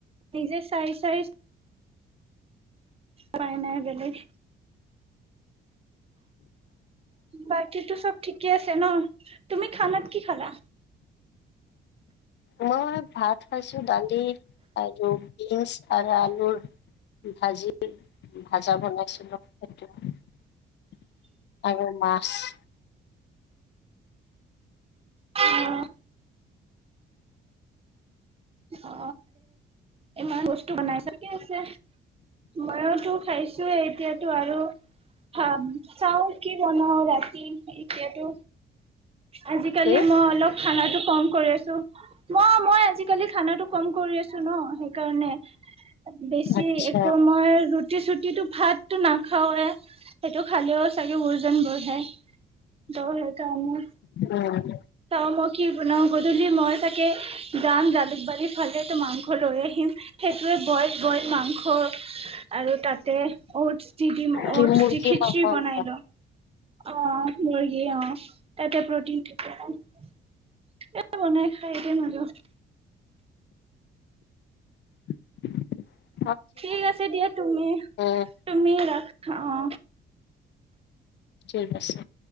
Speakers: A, on the right (about 30°); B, on the left (about 60°).
A: নিজে চাই চাই পাই নাই বেলেগ, বাকীটো চব ঠিকে আছে ন তুমি খানাত কি খালা?
B: মই ভাত খাইছো দালি আৰু বিনছ আৰু আলুৰ ভাজি ভাজা বনাইছিলোঁ সেইটো। <unintelligible> <unintelligible>
A: <inaudible> অ ইমান বস্তু বনাইছ ঠিকেই আছে ময়ওতো খাইছোয়ে এতিয়াতো আৰু খাম চাও কি বনাও ৰাতি এতিয়াতো আজিকালি
B: কি
A: মই অলপ খানাটো কম কৰি আছো মই মই আজি আজিকালি খানাটো কম কৰি আছো ন সেইকাৰণে। বেছি
B: আচ্ছা
A: একো মই ৰুটি চুটি কিন্ত ভাতটো নাখাওৱে সেইটো খালেও চাগে ওজন বঢ়ে। দ সেইকাৰণে
B: উম
A: ত মই কি বনাও গধূলি মই চাগে যাম জালুকবাৰী ফালে তো মাংস লৈ আহিম বইল বইল মাংস আৰু তাতে অটছ দি দিম
B: কি
A: অটছ
B: মুৰ্গী
A: দি খিচৰি
B: মাংস আনিবা
A: বনাই লম। অ মুৰ্গী অ তাতে প্ৰটিন থাকে ন। এ বনাই খাই এতিয়া নাযাও।
B: <inaudible>
A: ঠিক আছে দিয়া তুমি
B: উম
A: তুমি ৰাখা অ।
B: ঠিক আছে